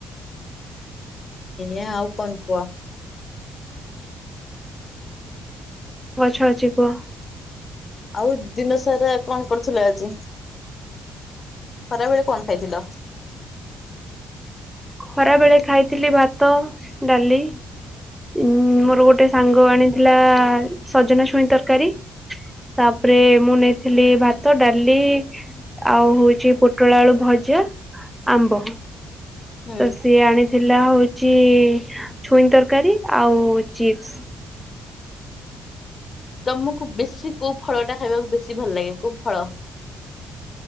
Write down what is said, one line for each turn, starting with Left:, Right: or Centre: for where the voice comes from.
Left: ଏଇୟା ଆଉ କନ୍ କୁହ?
Centre: ଗଛ ଅଛି କୁହ।
Left: ଆଉ ଦିନ ସାରା କଣ କରୁଥିଲ ଆଜି ଖରାବେଳେ କଣ ଖାଇଥିଲ?
Centre: ଖରା ବେଳେ ଖାଇଥିଲି ଭାତ ଡାଲି ଉଁ ମୋର ଗୋଟେ ସାଙ୍ଗ ଆଣିଥିଲା ସଜନା ଛୁଇଁ ତରକାରୀ ତାପରେ ମୁଁ ନେଇଥିଲି ଭାତ ଡାଲି ଆଉ ହଉଚି ପୋଟଳ ଆଳୁ ଭଜା ଆମ୍ବ।
Left: ହୁଁ
Centre: ତ ସିଏ ଆଣିଥିଲା ହଉଚି ଛୁଇଁ ତରକାରୀ ଆଉ ଚିପ୍ସ।
Left: ତମକୁ ବେଶୀ କୋଉ ଫଳ ଟା ଖାଇବାକୁ ବେଶୀ ଭଲ ଲାଗେ କୋଉ ଫଳ?